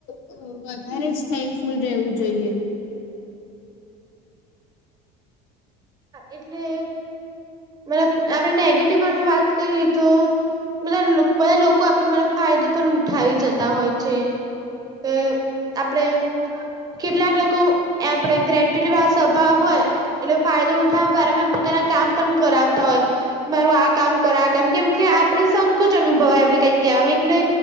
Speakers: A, on the left; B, on the right.
A: તો વધારે જ થેંક્યું રહેવુ જોઈએ
B: એટલે મબ આપણેે નેગેટિવન્ટમાં વાત કરીએ તો બધા બધા આપડો મને ફાયદો પણ ઉઠાવી જતા હોય છે કે આપણેે કેટલાક લોકો આપડે ગ્રેટ્યુસપા હોય એટલે ફાયદો ઉઠાવવા ફરામાં પોતાના કામ પણ કરાવતા હોય મારું આ કામ કરે આ કામ કેમ કે આપણે સંંકોચ અનુભવા એમને કઈક કહેવાવામાં એટલે